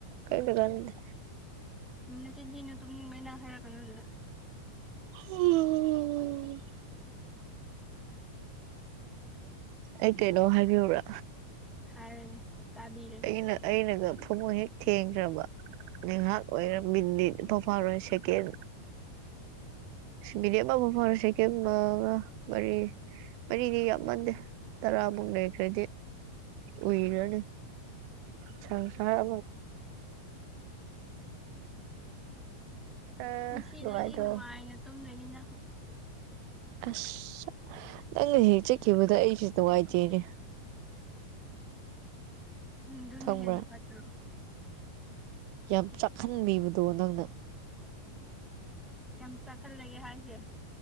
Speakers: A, on the right; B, in the centre.
A: ꯀꯔꯤꯝꯇ ꯀꯥꯟꯅꯗꯦ
B: ꯎꯝ ꯆꯤꯟꯊꯤꯅꯨ ꯇꯨꯝꯅꯤꯡꯕꯩꯅꯪ ꯍꯥꯏꯔꯛꯀꯅꯨꯗꯨꯗ
A: ꯎꯝ ꯑꯩ ꯀꯩꯅꯣ ꯍꯥꯏꯕꯤꯕ꯭ꯔꯥ
B: ꯍꯔꯅꯦ ꯀꯥꯕꯤꯔꯦ
A: ꯑꯩꯅ ꯑꯩꯅꯒ ꯊꯃꯣꯏ ꯍꯦꯛ ꯊꯦꯡꯈ꯭ꯔꯕ ꯉꯍꯥꯛ ꯑꯣꯏꯔꯕꯤꯗꯤꯠ ꯄꯐꯥꯔꯣꯏ ꯁꯦꯀꯦꯟ ꯃꯤꯗꯤꯝꯃ ꯐꯔꯁꯦ ꯀ ꯃꯔꯤ ꯃꯔꯤꯗꯤ ꯌꯥꯝꯃꯟꯗꯦ ꯇꯔꯥꯃꯨꯛ ꯂꯩꯈ꯭ꯔꯗꯤ ꯑꯣꯏꯏꯔꯅꯤ ꯁ ꯁꯔ ꯑ
B: ꯉꯁꯤꯗꯒꯤꯩꯗꯤ
A: ꯅꯨꯡꯉꯥꯏꯇꯕ
B: ꯅꯨꯡꯉꯥꯏꯅ ꯇꯨꯝꯗꯣꯏꯅꯤ ꯅꯪ
A: ꯑꯁ ꯅꯪꯅ ꯍꯦꯛ ꯆꯠꯈꯤꯕꯗ ꯑꯩꯁꯨꯇꯋꯥꯏꯗꯦꯅꯦ
B: ꯎ ꯑꯗꯨꯅ
A: ꯈꯪꯕ꯭ꯔꯥ
B: ꯍꯦꯟꯅ ꯐꯠꯇ꯭ꯔꯣ
A: ꯌꯥꯝ ꯆꯥꯛꯍꯟꯕꯤꯕꯗꯣ ꯅꯪꯅ
B: ꯀꯩ ꯆꯥꯛꯈꯜꯂꯒꯦ ꯍꯥꯏꯁꯦ